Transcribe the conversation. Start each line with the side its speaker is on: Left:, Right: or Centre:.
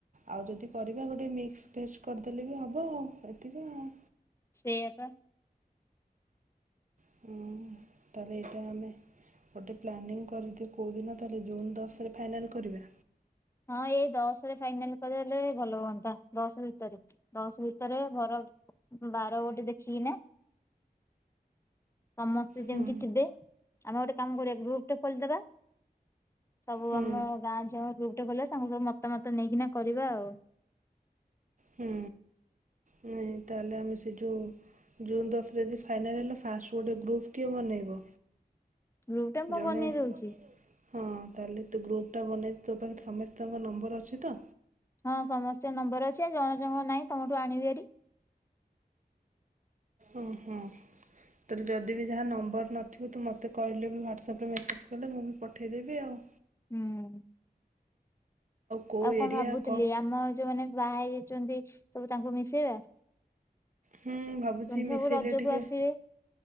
Right: ଆଉ ଯଦି କରିବା, ଗୋଟେ ମିକ୍ସ ଭେଜ କରିଦେଲେ ବି ହବ ଏତିକି ଆଉ।
Left: ସେଇଆ ବା।
Right: ହୁଁ, ତାହେଲେ ଏଇଟା ଆମେ ଗୋଟେ ପ୍ଲାନିଂ କରିକି କୋଉ ଦିନ ତାହେଲେ ଜୁନ୍ ଦଶ ରେ ଫାଇନାଲ୍ କରିବା?
Left: ହଁ, ଏଇ ଦଶରେ ଫାଇନାଲ କରଦେଲେ ଭଲ ହୁଅନ୍ତା ଦଶ ଭିତରେ। ଦଶ ଭିତରେ ବରଂ ବାର ଗୋଟେ ଦେଖିକି ନା ସମସ୍ତେ ଯେମିତି
Right: ହୁଁ
Left: ଥିବେ, ଆମେ ଗୋଟେ କାମ କରିବା ଗ୍ରୁପ୍ ଟେ ଖୋଲିଦେବା ସବୁ
Right: ହୁଁ।
Left: ଆମ ଗାଁ ଝିଅ ଯୋଉ ଗ୍ରୁପ୍ ଟେଖୋଲିବା ସାଙ୍ଗ ସବୁ ମତାମତ ନେଇକିନା କରିବା ଆଉ।
Right: ହୁଁ। ନା ତାହେଲେ ଆମେ ସେ ଯୋଉ ଜୁନ୍ ଦଶ ରେ ଯଦି ଫାଇନାଲ୍ ହେଲା, ଫାଷ୍ଟ ରୁ ଗୋଟେ ଗୃପ୍ କିଏ ବନେଇବ?
Left: ଗ୍ରୁପ ଟା ମୁଁ
Right: ଜଣେ
Left: ବନେଇ
Right: ହଁ,
Left: ଦଉଛି
Right: ତାହେଲେ ତୁ ଗ୍ରୁପ ଟା ବନେଇଦେ ତୋ ପାଖରେ ସମସ୍ତଙ୍କ ନମ୍ବର ଅଛି ତ?
Left: ହଁ, ସମସ୍ତଙ୍କ ନମ୍ବର ଅଛି ଆଉ ଜଣ ଜଣଙ୍କ ନାଇଁ ତମଠୁ ଆଣିବି ଭାରି।
Right: ଓ, ହୁଁ। ଯଦି ଯାହା ନମ୍ବର ନଥିବ ତ ମତେ କହିଲେ ବି ହ୍ୱଡସପ୍ ରେ ମେସେଜ୍ କଲେ ମୁଁ ବି ପଠେଇଦେବି ଆଉ।
Left: ହୁଁ
Right: କୋଉ
Left: ଆଉ କଣ
Right: ଏରିଆ
Left: ଭାବୁଥିଲି
Right: କ
Left: ଆମ ଯୋଉମାନେ ବାହା ହେଇ ଯାଉଛନ୍ତି ସବୁ ତାଙ୍କୁ ମିଶେଇବା?
Right: ହୁଁ ଭାବୁଛି
Left: ସେମାନେ
Right: ମିଶେଇଲେ
Left: ସବୁ ରଜକୁ
Right: ଟିକେ
Left: ଆସିବେ